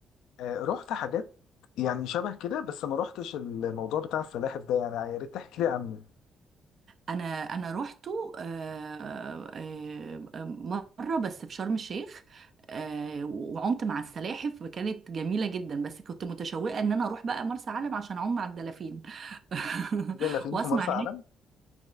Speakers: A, on the left; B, on the right.
A: آه، رحت حاجات يعني شبه كده بس ما رحتش الموضوع بتاع السلاحف ده يعني يا ريت تحكي لي عنه
B: انا انا روحته آه، آه، آه، مره بس في شرم الشيخ آه، وعمت مع السلاحف كانت جميله جدا بس كنت متشوقه ان انا اروح بقى مرسى علم عشان اعوم مع الدلافين <laughs>
A: يلا فين
B: واسمع
A: في مرسى علم